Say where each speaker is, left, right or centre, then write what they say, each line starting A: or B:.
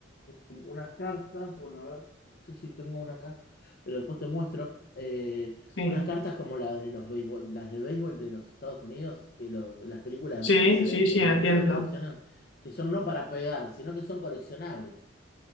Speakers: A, on the left; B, on the left.
A: unas cartas, bueno, a ver, no sé si tengo una acá, pero después te muestro. eh,
B: Sí,
A: unas cartas como las de los béisbol, las de béisbol de los Estados Unidos, que lo- las películas,
B: sí,
A: viste, se
B: sí,
A: ve que
B: sí, entiendo.
A: los chicos coleccionan, que son no para pegar, sino que son coleccionables,